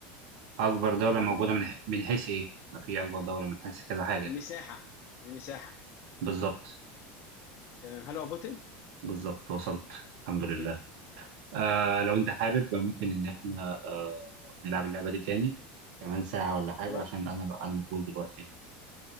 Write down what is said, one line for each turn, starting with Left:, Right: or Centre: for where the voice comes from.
Right: اكبر دولة
Left: في
Right: موجودة
Left: الأوروبا؟
Right: من ح- من حيث ايه ما في اكبر دولة من حيث كذا حاجة
Left: المساحة المساحة
Right: بالظبط
Left: تمام هل هو بوتين؟
Right: بالظبط وصلت الحمد
Left: <laughs>
Right: لله آه لو انت حابب ممكن ان احنا آه نلعب اللعبة دي تاني كمان ساعة ولا حاجة
Left: خلاص
Right: عشان انا انا مشغول دلوقتي